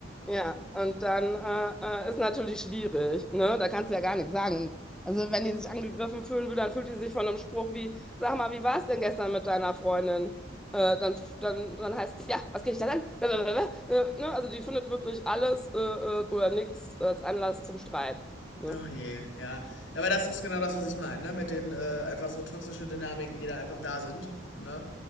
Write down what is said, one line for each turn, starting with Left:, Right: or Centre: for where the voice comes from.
Centre: Ja, und dann äh, äh, ist natürlich schwierig, ne? Da kannst du ja gar nichts sagen. Also wenn die sich angegriffen fühlen würde, dann fühlt die sich von einem Spruch wie, sag mal, wie war es denn gestern mit deiner Freundin? Äh, dann, dann, dann heißt es, ja, was geht dich das an? Blablabla. Äh, ne? Also die findet wirklich alles äh, äh, oder nichts als Anlass zum Streit. Ne?
Left: Ach je, ja. Ja, aber das ist genau das, was ich meine, ne? Mit den äh, einfach so toxische Dynamiken, die da einfach da sind, ne?